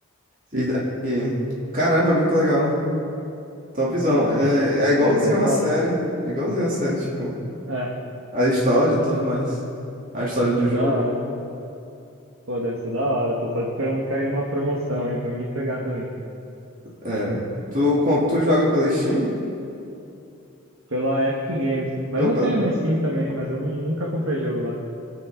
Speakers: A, on the right (about 70°); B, on the right (about 40°).
A: Sim.
B: E daí. Caramba, é muito legal. Topzão.
A: Pô,
B: É,
A: imagino.
B: é igualzinho
A: Deve ser
B: a
A: foda.
B: série. Igualzinho a série, tipo.
A: É,
B: A história e tudo mais. A história do
A: da
B: jogo.
A: hora. Pô, deve ser da hora. Tô só esperando cair numa promoção aí pra mim pegar também.
B: É. Tu, com- tu joga pela Steam?
A: Pela Epic Games. Mas
B: Ou
A: eu
B: pela.
A: tenho na Steam também, mas eu nu- nunca comprei jogo lá.